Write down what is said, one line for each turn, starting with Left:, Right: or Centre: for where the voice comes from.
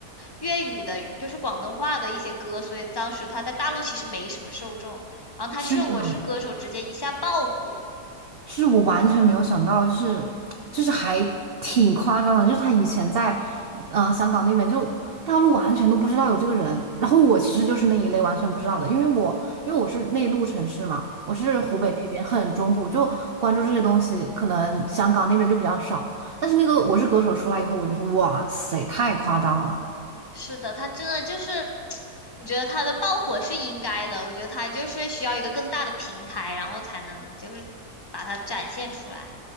Left: 粤语的，就是广东话的一些歌，所以当时他在大陆其实没什么受众，然后他去了《我是歌手》，
Right: 是的，
Left: 直接一下爆火，
Right: 是我完全没有想到，就是就是还挺夸张的，就是他以前在呃香港那边就大陆完全都不知道有这个人，然后我其实就是那一类完全不知道的，因为我因为我是内陆城市嘛，我是湖北那边很中部，
Left: 嗯。
Right: 就关注这些东西，可能香港那边就比较少，但是那个《我是歌手》出来以后，我觉得哇塞，太夸张了。
Left: 是的，他真的就是，<tsk> 我觉得他的爆火是应该的，我觉得他就是需要一个更大的平台，然后才能就是把它展现出来。